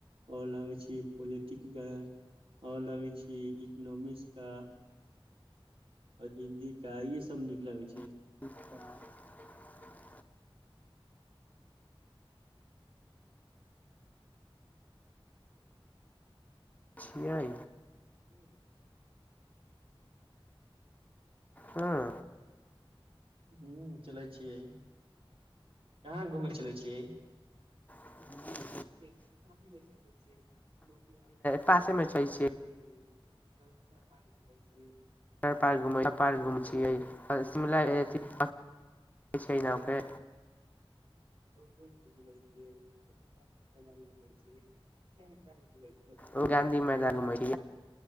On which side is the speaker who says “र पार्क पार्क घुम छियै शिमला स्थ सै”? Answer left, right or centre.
Left